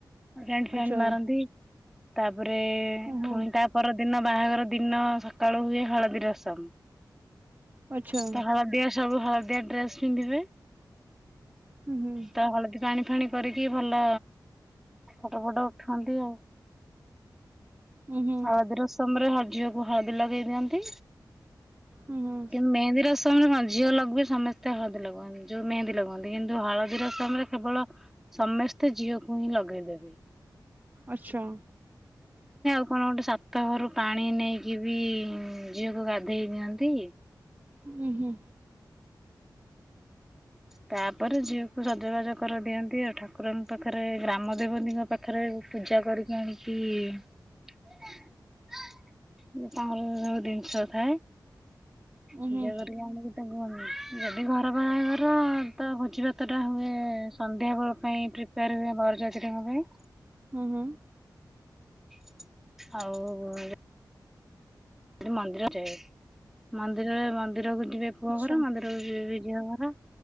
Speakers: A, in the centre; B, on the right.
A: ରେଣ୍ଡ ଫେଣ୍ଡ
B: ଆଚ୍ଛା
A: ମାରଣନ୍ତି। ତା ତାପରେ
B: ଓହୋ।
A: ପୁଣି ତାପର ଦି ଦିନ ବାହାଘର ଦିନ ସକାଳୁ ହୁଏ ହଳଦୀ ରସମ
B: ଆଚ୍ଛା
A: ତା ଖରାପ ଦିଆ ସବୁ ଖରାପ ଦିଆ <unintelligible> ଡ୍ରେସ୍ ପିନ୍ଧିବେ
B: ହୁଁ ହୁଁ
A: ତ ହଳଦୀ ପାଣି ଅଥଣ <unintelligible> କରିକି ଭଲ ଫଟୋ ଫଟୋ ଉଠାନ୍ତି ଆଉ
B: ହୁଁ ହୁଁ
A: ହଳଦି ରସମ୍ ରେ ହଦ୍ ଝିଅକୁ ହଳଦୀ ଲଗେଇ ଦିଅନ୍ତି
B: ହୁଁ ହୁଁ
A: ଇନ୍ ମେହେନ୍ଦୀ ରସମ୍ ରେ ଝିଅ ଲଗବେ <unintelligible> ସମସ୍ତେ ହଳଦୀ ଲଗାନ୍ତି ଯୋଉ ମେହେନ୍ଦୀ ଲଗାନ୍ତି କିନ୍ତୁ ହଳଦୀର ସମୟରେ କେବଳ ସମସ୍ତେ ଝିଅକୁ ହିଁ ଲଗା ଗ ଦେବି
B: ଆଚ୍ଛା
A: ଆପଣ ଗୋଟେ ସାତ ଘରୁ ପାଣି ନେଇକି ବି ଝିଅକୁ ଗାଧେଇ ଦିଅନ୍ତି।
B: ଓୁ ହୁଁ
A: ତାପରେ ଝିଅକୁ ସଜବାଜ କରିଦିଅନ୍ତି ଆଉ ଠାକୁରଙ୍କ ପାଖରେ ଗ୍ରାମ ଦେବତୀଙ୍କ ପାଖରେ ପୂଜା କରିକି ଆଣିକି ତାଙ୍କର ସବୁ ଜିନିଷ ଥାଏ।
B: ଉଁ
A: ପୂଜା
B: ହୁଁ
A: କରିକି ଆମକୁ ସେୁ ଜ <inaudible> ଘର ବାହାଘର ତ ଭୋଜି ଭାତ ଟା ହୁଏ ସନ୍ଧ୍ୟା ବେଳ ପାଇଁ ପ୍ରିପେୟାର ହୁଏ ବରଯାତ୍ରୀଙ୍କ ପାଇଁ
B: ହୁଁ ହୁଁ
A: ଆଉ ଏଠି ମନ୍ଦିର <inaudible> ମନ୍ଦିରରେ ମନ୍ଦିରକୁ ଯିବେ ଗହର
B: ଆଚ୍ଛା ହୁଁ ହୁଁ ଆଚ୍ଛା
A: ମନ୍ଦିରକୁ ଯିବେ <unintelligible>